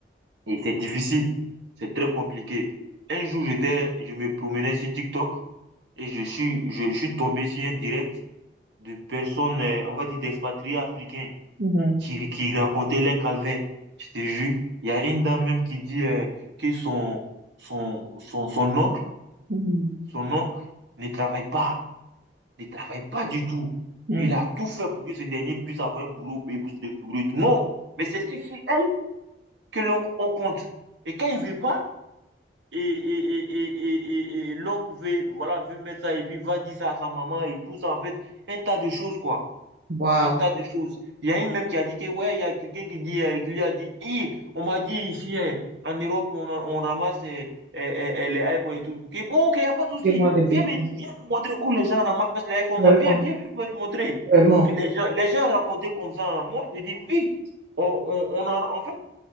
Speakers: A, on the right (about 80°); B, on the right (about 55°).
A: Et c'est difficile, c'est très compliqué. Un jour, j'étais, je me promenais sur TikTok et je suis, je, suis tombé sur un direct de personnes, euh, on va dire, d'expatriés africains
B: Mhm,
A: qui, qui racontait les calvaires. Je te jure, il y a une dame même qui dit euh, que son, son, son, son oncle,
B: mhm,
A: son oncle ne travaille pas, ne travaille pas du tout.
B: mhm.
A: Il a tout fait pour que ce dernier puisse avoir un boulot, payer plus de débrouiller et tout. Non, mais c'est sur sur elle que l'oncle on compte. Et quand il ne veut pas, et, et, et, et, et, et l'oncle veut, voilà, veut mettre ça et puis va dire ça à sa maman et tout ça, en fait, un tas de choses, quoi.
B: Wow.
A: un tas de choses. Il y a une même qui a dit que, ouais, il y a quelqu'un qui dit, euh, qui lui a dit, Hi, on m'a dit ici, euh, en Europe, on, on ramasse euh, euh, euh, les iPhones et tout. Ok, bon, ok, il n'y a pas de souci.
B: fais-moi des bêtises.
A: Viens me, viens me montrer où les gens ramassent les iPhones.
B: Vraiment,
A: là. Viens, viens, viens me montrer.
B: vraiment.
A: Les gens, les gens racontaient comme ça. hein. Moi, je dis, oui, on, on, on en, en fait,